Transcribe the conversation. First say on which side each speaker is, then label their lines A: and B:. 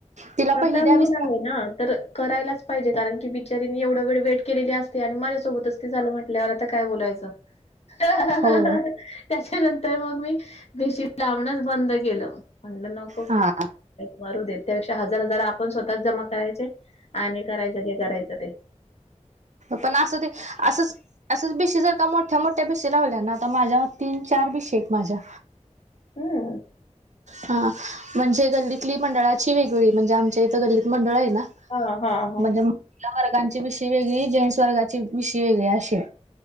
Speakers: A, on the right (about 75°); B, on the left (about 60°).
A: तिला
B: तसा
A: पहिली द्यावी
B: गुण
A: लागते.
B: आहे ना तर करायलाच पाहिजे कारण की बिचारीनी एवढा वेळ वेट केलेली असते आणि माझ्यासोबतच झाल म्हटल्यावर आता काय बोलायचं. त्याच्यानंतर
A: होय
B: मग मी भीशी लांवणंच बंद केलं. म्हटलं न
A: हा
B: मरू द त्यापेक्षा हजार हजार आपण स्वतःत जमा करायचे आणि करायचं क करायचं ते
A: पण असं ते असंच असंच भिशी जर का मोठ्या मोठ्या त्या भिशी लावल्या ना आता माझ्या तीन चार भिशी आहेत माझ्या.
B: हम्.
A: हा म्हणजे गल्लीतली मंडळाची वेगळी म्हणजे आमच्या इथं गल्लीत मंडळ आहे ना.
B: हा हा हा.
A: म्हणजे महिला वर्गाची भिषी वेगळी जें्स वर्गाची विषी वेगळी अे